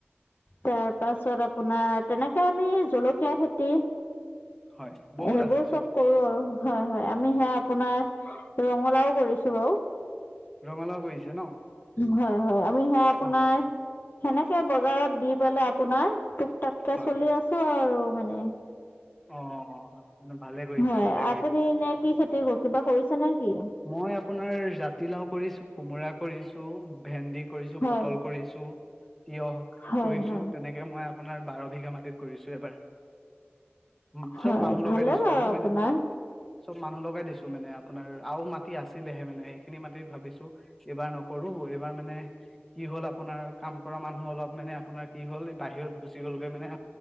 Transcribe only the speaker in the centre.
হয় বহুত
আছেচোন
ৰঙালাও কৰিছে ন
অ
হয়
অ' অ অ ভালে কৰিছে
ভালে
কৰিছে।
মই আপোনাৰ জাতিলাও কৰিছো, কোমোৰা কৰিছো। ভেন্দি কৰিছো,
পটল কৰিছোঁ। টিয়হ
কৰিছো
তেনেকে মই আপোনাৰ বাৰ বিঘা মাটিত কৰিছো এইবাৰ। উম
চব মানুহ
লগাই দিছো
আৰু
মানে চব মানুহ লগাই দিছো মানে আপোনাৰ। আৰু মাটি আছিলেহে মানে সেইখিনি মাটিত ভাবিছো এইবাৰ নকৰো এইবাৰ মানে। কি হ'ল আপোনাৰ কাম কৰা মানুহ অলপ মানে আপোনাৰ কি হ'ল বাহিৰত গুচি গ'লগৈ মানে।